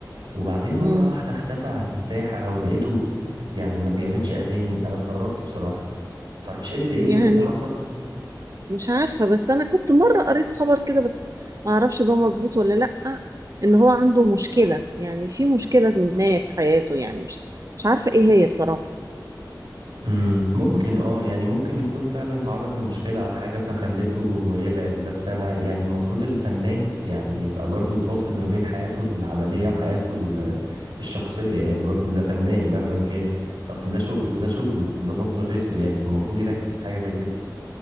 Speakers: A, on the right; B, on the right.
A: وبعدين مرة
B: امم
A: واحدة اختفى عن الساحة ولقيته يعني ما بيعملش اغاني انا استغربت بصراحة متعرفش ايه اللي ايه
B: يعني
A: اللي إيه اللي حصل
B: مش عارفه بس انا كنت مره قريت خبر كده بس ما اعرفش ده مظبوط ولا لا ان هو عنده مشكله يعني في مشكله ما في حياته يعني مش مش عارفه ايه هي بصراحه
A: امم ممكن اه يعني ممكن يكون فعلا تعرض لمشكلة او حاجة فخلته يبعد بس انا يعني المفروض الفنان يعني يبقى برضو فاصل ما بين حياته العملية وحياته ال- الشخصية يعني برضو ده فنان مهما كان اصل ده شغله وده شغله وده مصدر رزقه يعني فالمفروض يركز في حاجة زي كده